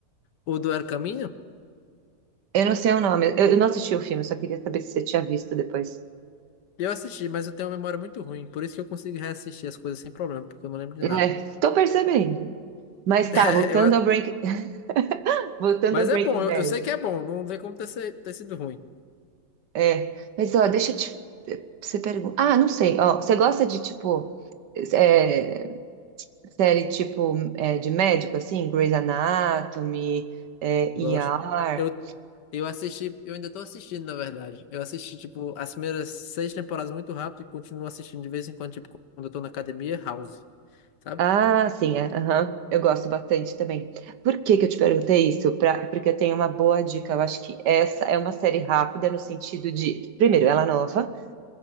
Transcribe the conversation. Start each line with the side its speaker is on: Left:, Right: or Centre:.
Left: O do El Caminho?
Right: Eu não sei o nome. Eu, eu não assisti o filme, eu só queria saber se você tinha visto depois.
Left: Eu assisti, mas eu tenho uma memória muito ruim, por isso que eu consigo reassistir as coisas sem problema, porque eu não lembro de
Right: É,
Left: nada.
Right: tô percebendo. Mas tá,
Left: <laughs>
Right: voltando
Left: Eu a-
Right: ao Break... <laughs> voltando
Left: mas
Right: ao Breaking
Left: é bom, eu,
Right: Bad.
Left: eu sei que é bom, não tem como ter, se- ter sido ruim.
Right: É, mas ó, deixa eu te. eh, Você pergunta. Ah, não sei. Ó, você gosta de tipo é, série tipo é, de médico assim, Grey's Anatomy, é,
Left: Gosto.
Right: ER?
Left: Eu, eu assisti, eu ainda tô assistindo, na verdade. Eu assisti, tipo, as primeiras seis temporadas muito rápido e continuo assistindo de vez em quando, tipo, quando eu tô na academia, House, sabe?
Right: Ah, sim, é, aham. Eu gosto bastante também. Por que que eu te perguntei isso? Pra, porque eu tenho uma boa dica. Eu acho que essa é uma série rápida no sentido de, primeiro, ela é nova.